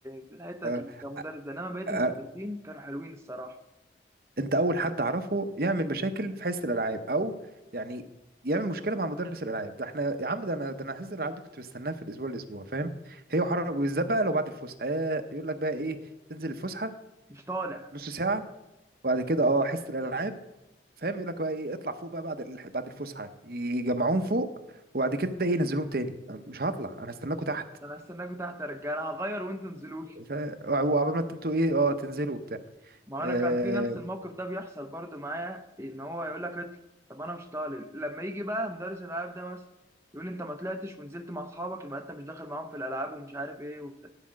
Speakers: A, on the right; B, on the right.
A: في الحتة
B: اه
A: ك- كمدرس ده انما بقية
B: آه،
A: المدرسين كانوا حلوين الصراحة
B: انت اول حد اعرفه يعمل مشاكل في حصه الالعاب او يعني يعمل مشكله مع مدرس الالعاب ده احنا يا عم ده انا ده انا حصه الالعاب دي كنت بستناها في الاسبوع الاسبوع فاهم هي وحر وبالذات بقى لو بعد الفسحه آه، يقول لك بقى ايه تنزل الفسحه
A: مش طالع
B: نص ساعه وبعد كده اه حصه الالعاب فاهم يقول لك بقى ايه اطلع فوق بقى بعد ال- بعد الفسحه يجمعوهم فوق وبعد كده ايه ينزلوهم تاني أنا مش هطلع انا هستناكم تحت
A: انا هستناكوا تحت يا رجالة انا هغير وانتوا انزلولي
B: ف- وعقبال ما انتوا ايه اه تنزلوا وبتاع
A: ما
B: آه،
A: انا كان في نفس الموقف ده بيحصل برضو معايا ان هو يقول لك اطلع طب انا مش طالع لما يجي بقى مدرس الالعاب ده مثلا يقول لي انت ما طلعتش ونزلت مع اصحابك يبقى انت مش داخل معاهم في الالعاب ومش عارف ايه وبتاع